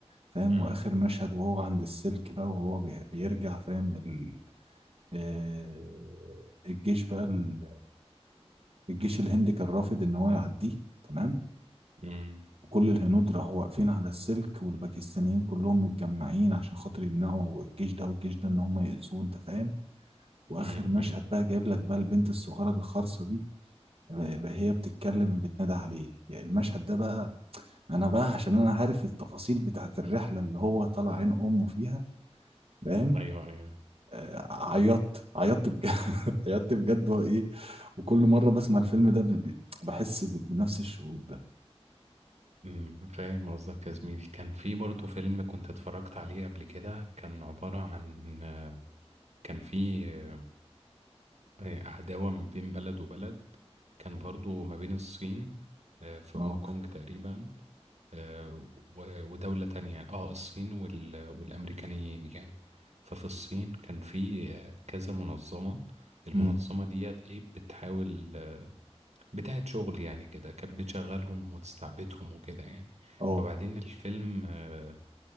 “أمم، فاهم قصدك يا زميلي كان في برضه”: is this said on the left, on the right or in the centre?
Right